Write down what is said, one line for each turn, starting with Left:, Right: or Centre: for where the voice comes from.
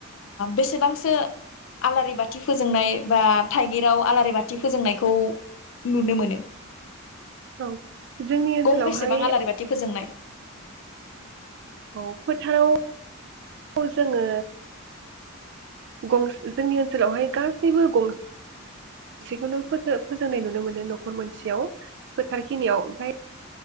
Left: बेसेबांसो आलारि बाथि फोजोंनाय बा थाइगिराव आलारि बाथि फोजोंनायखौ नुनो मोनो
Right: औ जोंनि ओनसोलावहाय
Left: गं बेसेबां आलारि बाथि फोजोंनाय
Right: औ फोथाराव जोङों गं जोंनि ओनसोलावहाय गासैबो गं गंसेखौनो फोजोंनाय नुनो मोनो नखर मोनसेयाव फोथारखिनियाव ओमफ्राय